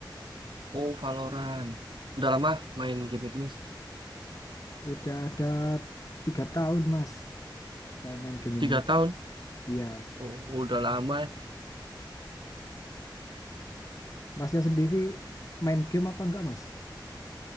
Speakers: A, on the right (about 80°); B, on the left (about 45°).
A: Oh, Valorant. Udah lama main game itu, Mas?
B: Udah ada tiga tahun Mas saya main game
A: Tiga
B: ini.
A: tahun?
B: Iya,
A: Oh, udah lama.
B: Masnya sendiri main game apa enggak Mas?